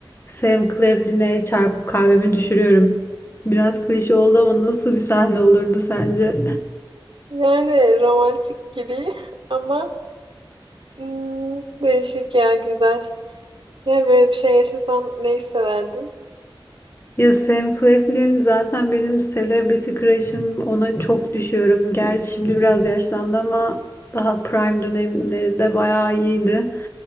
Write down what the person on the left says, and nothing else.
Sam Claflin'e çarpıp kahvemi düşürüyorum. Biraz klişe oldu ama nasıl bir sahne olurdu sence?
Ya Sam Claflin zaten benim celebrity crush'ım. Ona çok düşüyorum. Gerçi şimdi biraz yaşlandı ama daha prime dönemlerinde bayağı iyiydi.